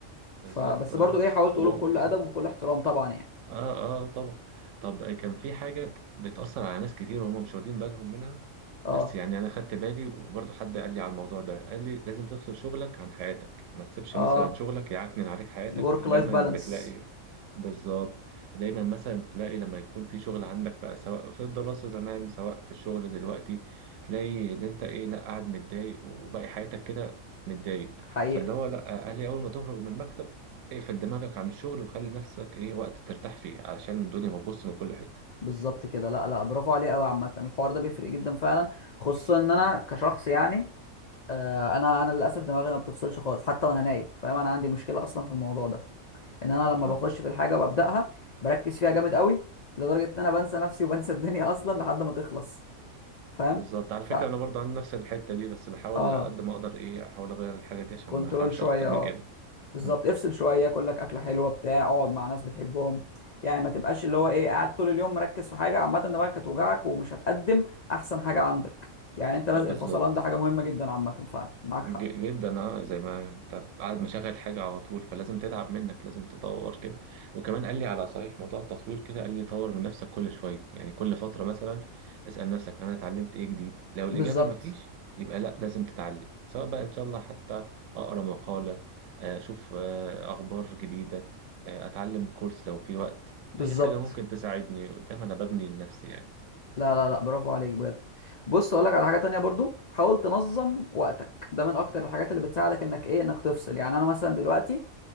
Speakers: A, on the left (about 80°); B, on the right (about 70°).
A: فبس
B: بالظبط اه
A: برضو ايه حاولت اقوله
B: و-
A: بكل ادب
B: و-
A: وبكل احترام طبعا يعني
B: اه اه طبعا طب كان في حاجة بتأثر على ناس كتير وهم مش واخدين بالهم منها
A: اه
B: بس يعني أنا خدت بالي وبرضه حد قال لي على الموضوع ده قال لي لازم تفصل شغلك عن حياتك ما تسيبش
A: اه
B: مثلا شغلك يعكنن عليك حياتك
A: الورك
B: دايما
A: لايف بالانس
B: بتلاقي بالظبط دايما مثلا تلاقي لما يكون في شغل عندك بقى سواء في الدراسة زمان سواء في الشغل دلوقتي تلاقي اللي انت ايه لا قاعد متضايق وباقي حياتك كده متضايق
A: حقيقة
B: فاللي هو لا قال لي اول ما تخرج من المكتب اقفل دماغك عن الشغل وخلي نفسك ايه وقت ترتاح فيه علشان الدنيا ما تبص من كل حتة
A: بالظبط كده لا لا برافو عليه قوي عامة الحوار ده بيفرق جدا فعلا خصوصا ان انا كشخص يعني آه انا انا للاسف دماغي ما بتفصلش خالص حتى وانا نايم فاهم انا عندي مشكلة اصلا في الموضوع ده ان انا لما
B: اه
A: بخش في الحاجة وببدأها بركز فيها جامد قوي لدرجة ان انا بنسى نفسي وبنسى الدنيا اصلا لحد ما تخلص فاهم
B: بالظبط على
A: ف
B: فكرة انا برضه عندي نفس الحتة دي بس بحاول
A: اه
B: على قد ما اقدر ايه احاول اغير الحاجة دي عشان
A: كنترول
B: ما اتعبش
A: شوية
B: اكتر
A: اه
B: من كده
A: بالظبط
B: مم.
A: افصل شويه كل لك اكله حلوه بتاع اقعد مع ناس بتحبهم يعني ما تبقاش اللي هو ايه قاعد طول اليوم مركز في حاجه عامه دماغك هتوجعك ومش هتقدم احسن حاجه عندك يعني انت لازق
B: ده بالظبط
A: الفصلان ده حاجه مهمه جدا عامه فعلا معاك
B: ج-
A: حق
B: جدا اه زي ما انت قاعد مشغل حاجة على طول فلازم تتعب منك لازم تطور كده وكمان قال لي على صحيح موضوع التطوير كده قال لي طور من نفسك كل شوية يعني كل فترة مثلا اسأل نفسك انا اتعلمت ايه جديد لو الإجابة
A: بالظبط
B: ما فيش يبقى لا لازم تتعلم سواء بقى ان شاء الله حتى اقرا مقالة آه، اشوف آه، اخبار جديدة آه، اتعلم كورس لو في وقت
A: بالظبط
B: اي حاجة ممكن تساعدني قدام انا ببني لنفسي يعني
A: لا لا لا برافو عليك بجد بص اقول
B: ايوه
A: لك على حاجه تانية برضو حاول تنظم وقتك ده من اكتر الحاجات اللي بتساعدك انك ايه انك تفصل يعني انا مثلا دلوقتي